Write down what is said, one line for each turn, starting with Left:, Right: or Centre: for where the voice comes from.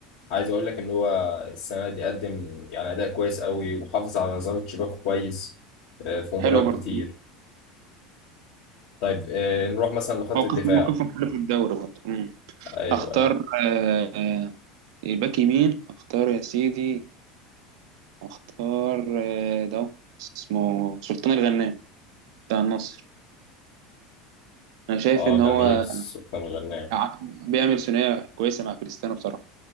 Left: عايز اقول لك ان هو السنه دي قدم يعني اداء كويس قوي وحافظ على نظام تشيباكو كويس آه، في مباريات
Right: حلو برضه
Left: كتير
Right: مم.
Left: طيب آه، نروح مثلا لخط
Right: موقف
Left: الدفاع
Right: موقفهم حلو في الدوري برضه مم.
Left: ايوه
Right: أختار
Left: أيوة.
Right: آه، آه، الباك يمين أختار يا سيدي اختار آه، ده اسمه سلطان الغنام بتاع النصر انا شايف
Left: اه
Right: ان
Left: جميل
Right: هو
Left: سلطان غنام
Right: ع- بيعمل ثنائيه كويسه مع كريستيانو بصراحه